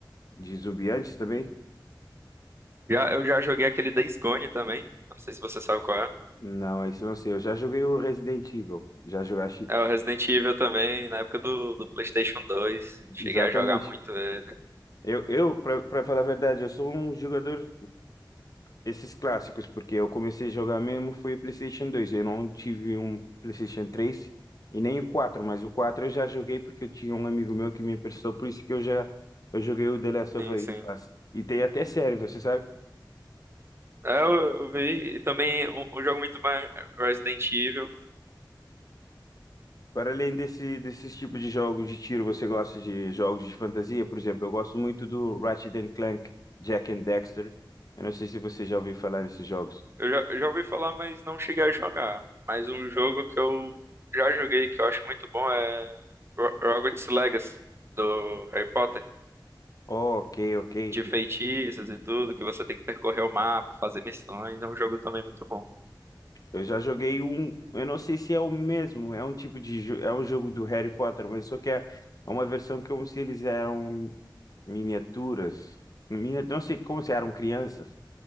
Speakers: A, on the left (about 50°); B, on the right (about 30°).
A: de zumbi antes também?
B: Já, eu já joguei aquele Days Gone também. Não sei se você sabe qual é.
A: Não, esse eu não sei. Eu já joguei o Resident Evil. Já jogaste
B: É o Resident Evil também, na época do, do PlayStation dois Cheguei
A: exatamente.
B: a jogar muito ele.
A: Eu, eu para falar a verdade, eu sou um jogador esses clássicos, porque eu comecei a jogar mesmo foi o PlayStation 2. Eu não tive um PlayStation 3 e nem o quatro mas o 4 eu já joguei porque eu tinha um amigo meu que me emprestou, por isso que eu já eu joguei o The Last of
B: Sim, sim.
A: Us. E tem até série, você sabe?
B: É, eu, eu vi. E também um, um jogo muito mais Resident Evil.
A: Para além desse, desses tipos de jogos de tiro, você gosta de jogos de fantasia? Por exemplo, eu gosto muito do Ratchet and Clank, Jack and Dexter. Eu não sei se você já ouviu falar nesses jogos.
B: Eu já, eu já ouvi falar, mas não cheguei a jogar. Mas um jogo que eu já joguei, que eu acho muito bom, é Ro- Hogwarts Legacy, do Harry Potter.
A: Oh, ok, ok.
B: De feitiços e tudo, que você tem que percorrer o mapa, fazer missões. É um jogo também muito bom.
A: Eu já joguei um, eu não sei se é o mesmo, é um tipo de, jo- é um jogo do Harry Potter, mas só que é uma versão como se eles eram miniaturas, Minia- não sei como se eram crianças.